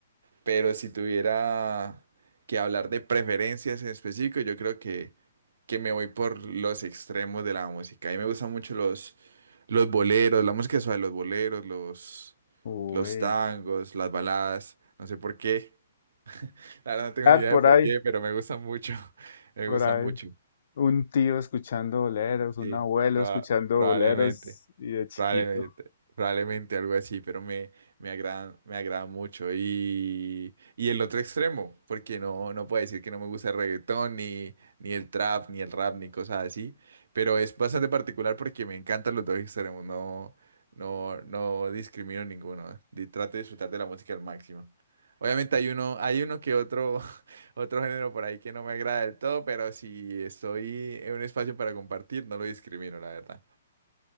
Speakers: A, on the right; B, on the left.
A: pero si tuviera que hablar de preferencias en específico, yo creo que, que me voy por los extremos de la música. A mí me gustan mucho los, los boleros, la música suave, los boleros, los,
B: Uy,
A: los tangos, las baladas, no sé por qué, <laughs> la verdad no tengo
B: Art
A: ni idea
B: por
A: de por
B: ahí.
A: qué, pero me gustan mucho, <laughs> me
B: Por
A: gustan
B: ahí,
A: mucho,
B: un tío escuchando boleros, un
A: sí,
B: abuelo
A: proba-
B: escuchando
A: probablemente.
B: boleros y de chiquito.
A: Probablemente, probablemente algo así, pero me, me agradan, me agradan mucho. Y, y el otro extremo, porque no, no puedo decir que no me gusta el reggaetón, ni, ni el trap, ni el rap, ni cosas así, pero es bastante particular porque me encantan los dos extremos, no, no, no discrimino ninguno. di- trato de disfrutar de la música al máximo. Obviamente hay uno, hay uno que otro, <laughs> otro género por ahí que no me agrada del todo, pero si estoy en un espacio para compartir, no lo discrimino, la verdad.